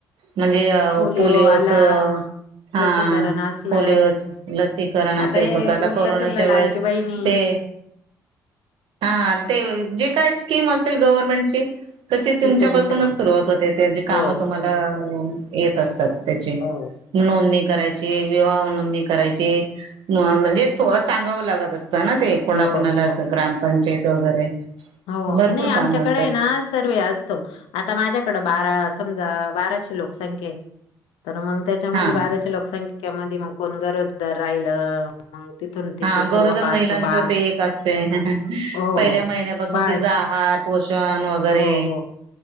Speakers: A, on the right; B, on the left.
A: म्हणजे
B: पोलिओ
A: पोलिओचं
B: आला
A: हा
B: लसीकरण असलं
A: पोलिओ लसीकरण
B: आता
A: असेल
B: हे
A: कोणतं आता
B: उरलं
A: कोरोनाच्या
B: सुरलं लाडकी
A: वेळेस
B: बहिणी
A: ते हा ते जे काय स्कीम असेल गव्हर्मेंटची तर ते तुमच्यापासूनच
B: तिचं देतं काम
A: सुरुवात होते त्यांची कामं
B: हो
A: तुम्हाला
B: हो
A: येत असतात त्याचे
B: हो
A: नोंदणी करायची विवाह नोंदणी करायची म्हणजे थोडं सांगाव लागत अस ना ते कुणाकुणाला
B: हो
A: असं
B: हो
A: ग्रामपंचायत वगैरे
B: हो
A: भरपूर
B: नाही आमच्याकडे
A: कामं असतात
B: ना सर्वे असतो आता माझ्याकड बारा समजा बाराशे लोकसंख्य्या तर मग त्याच्यामध्ये
A: हा
B: बाराश लोकसंख्येमध्ये मग कोण गरोदर राहिलं मग तिथून तिची
A: हा
B: सुरुवात
A: गरोदर महिलांच
B: बा
A: ते एक असते
B: हो
A: पहिल्या महि
B: बास
A: तिचा आहार पोषण वगैरे
B: हो हो